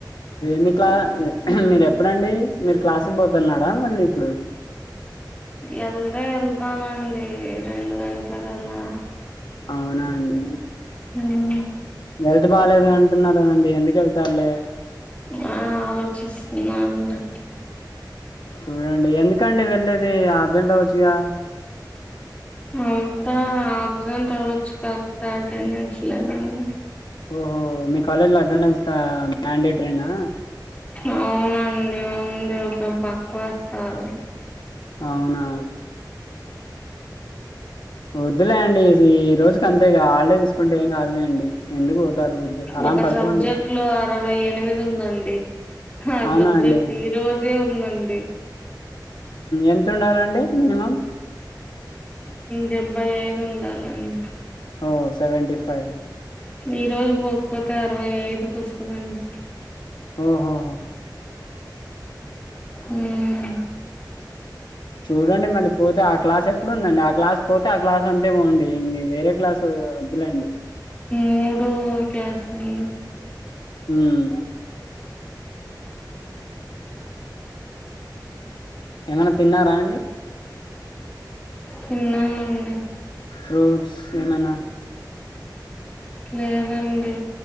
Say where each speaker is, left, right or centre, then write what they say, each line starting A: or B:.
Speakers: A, on the left; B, on the left.
A: మీ క్లా మీరు ఎప్పుడండి మీరు క్లాసుకి పోతున్నారా మళ్ళీ ఇప్పుడు
B: వెళ్తా వెళ్తానండి రెండు గంటలకి అలా
A: అవునా అండి
B: ఉమ్
A: హెల్త్ బాగాలేదు అంటున్నారు కదండి ఎందుకు వెళ్తారులే
B: ఆ ఆలోచిస్తున్నాండి
A: చూడండి ఎందుకండి వెళ్ళేది ఆబ్సెంట్ అవచ్చుగా
B: అంతా అబ్జెంట్ అవచ్చు కాకపోతే అటెండెన్స్ లేదండి
A: ఓహో మీ కాలజ్ లో అటెండెన్స్ మ్యాండేటరీనా
B: అవునండి ఉంది ఒక బక్వాస్తాలి
A: అవునా వద్దులే అండి ఈ రోజుకి అంతేగా ఆల్డే ఇప్పుంటే ఏం కాదులే అండి ఎందుకు పోతారు ఊరికే ఆరాం
B: ఒక
A: పడుకోండి
B: సబ్జెక్ట్ లో అరవై ఎనిమిది ఉందండి ఆ
A: అవునా
B: సబ్జెక్ట్
A: అండి
B: ఈ రోజే ఉమ్ దండి
A: ఎంత ఉండాలండి మినిమం
B: డెబ్బై యిదు ఉండాలండి
A: ఓ సెవెంటి ఫైవ్
B: ఈ రోజు పోకపోతే అరవై ఐదుకి వస్తుందండి
A: ఓహో
B: ఉమ్
A: చూడండి మళ్ళీ పోతే ఆ క్లాస్ ఎప్పుడుందండి ఆ క్లాస్ పోతే ఆ క్లాస్ అంతే పోండి ఇంకా వేరే క్లాస్ వద్దులేండి
B: మూడు క్లాసున్నా
A: ఉమ్ ఏమన్నా తిన్నారా అండి
B: తిన్నామండి
A: ఫ్రూట్స్ ఎమైనా
B: లేవండి